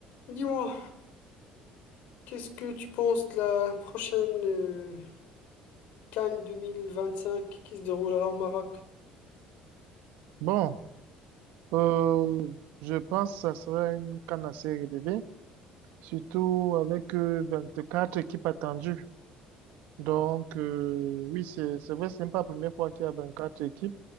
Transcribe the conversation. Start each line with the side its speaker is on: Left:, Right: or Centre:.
Left: Dis-moi, qu'est-ce que tu penses de la prochaine euh, Cannes 2025 qui se déroulera au Maroc?
Right: Bon, euh, je pense que ça sera une canne assez relevée, surtout avec euh, quatre équipes attendues. Donc, euh, oui, c'est c'est vrai, c'est pas la première fois qu'il y a 24 équipes.